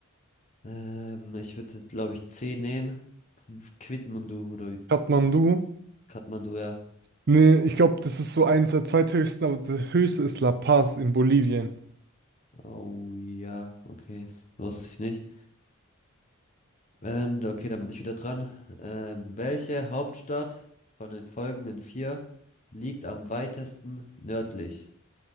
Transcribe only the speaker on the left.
Ähm, ich würde, glaube ich, C nehmen. Qu- Quitmandu oder
Kathmandu, ja.
Oh ja, okay, das wusste ich nicht. Ähm, okay, dann bin ich wieder dran. Ähm, welche Hauptstadt von den folgenden vier liegt am weitesten nördlich?